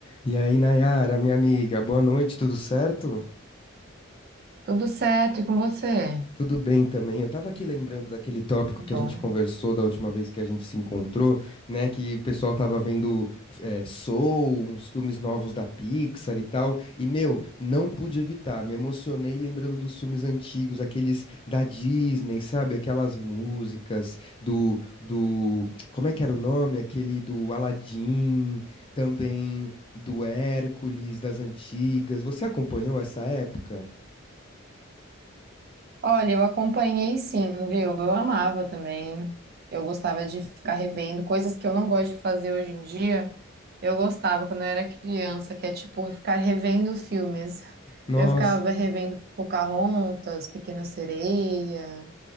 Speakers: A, on the left (about 25°); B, on the right (about 50°).
A: E aí, Nayara, minha amiga, boa noite, tudo certo?
B: Tudo certo e com você?
A: Tudo bem também. Eu estava aqui lembrando daquele tópico
B: Que
A: que
B: bom.
A: a gente conversou da última vez que a gente se encontrou, né? Que o pessoal estava vendo eh, Soul, uns filmes novos da Pixar e tal. E, meu, não pude evitar. Me emocionei lembrando dos filmes antigos, aqueles da Disney, sabe? Aquelas músicas do, do... Como é que era o nome? Aquele do Aladdin, também do Hércules, das antigas. Você acompanhou essa época?
B: Olha, eu acompanhei sim, viu? Eu amava também. Eu gostava de ficar revendo coisas que eu não gosto de fazer hoje em dia. Eu gostava quando eu era criança, que é tipo ficar revendo filmes.
A: Nossa.
B: Eu ficava revendo Pocahontas, Pequena Sereia.